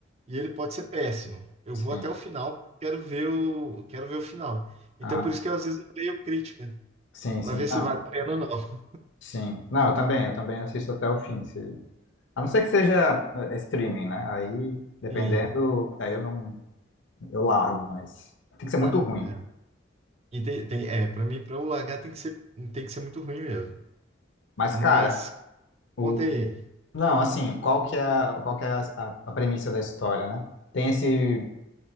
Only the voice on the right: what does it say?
e ele pode ser péssimo. Eu
vou até o final, porque eu quero ver o, quero ver o final. Então
por isso que eu, às vezes eu leio crítica,
para
ver se
vale a pena ou não.
Sim,
sabe?
É, e tem, tem, é, para mim, para eu largar tem que ser, tem que ser muito ruim mesmo.
Mas
conta aí.